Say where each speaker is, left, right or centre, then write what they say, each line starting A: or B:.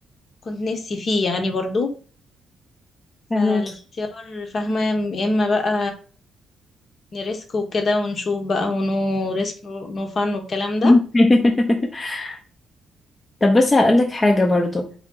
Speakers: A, on the left; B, on the left.
A: كنت نفسي فيه يعني برضو
B: فهماكي
A: فالاختيار فاهمة يا اما بقى نريسك وكده ونشوف بقى ونو ريسك نو فن والكلام ده
B: <laughs> طب بس هقولك حاجة برضو